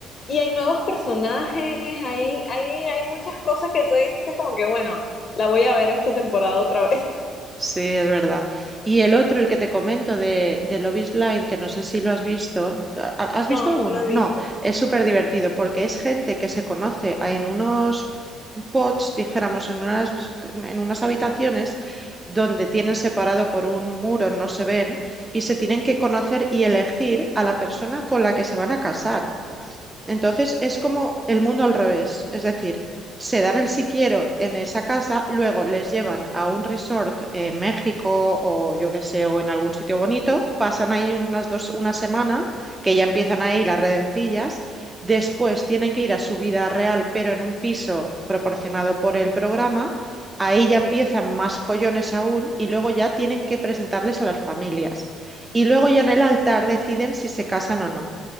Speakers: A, on the left; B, on the right.
A: y hay nuevos personajes, hay, hay, hay muchas cosas que tú dices como que, bueno, la voy a ver esta temporada otra vez. <laughs>
B: sí, es verdad. Y el otro, el que te comento de, de Love is Blind, que no sé si lo has visto, ¿ha- ¿has
A: No,
B: visto alguno?
A: no lo he
B: No,
A: visto.
B: es súper divertido porque es gente que se conoce en unos pods, dijéramos, en unas, en unas habitaciones donde tienen separado por un muro, no se ven, y se tienen que conocer y elegir a la persona con la que se van a casar. Entonces es como el mundo al revés, es decir, se dan el si quiero en esa casa, luego les llevan a un resort en México o yo qué sé, o en algún sitio bonito, pasan ahí unas dos, una semana, que ya empiezan ahí las redencillas, después tienen que ir a su vida real, pero en un piso proporcionado por el programa, ahí ya empiezan más follones aún y luego ya tienen que presentarles a las familias. Y luego ya en el altar deciden si se casan o no.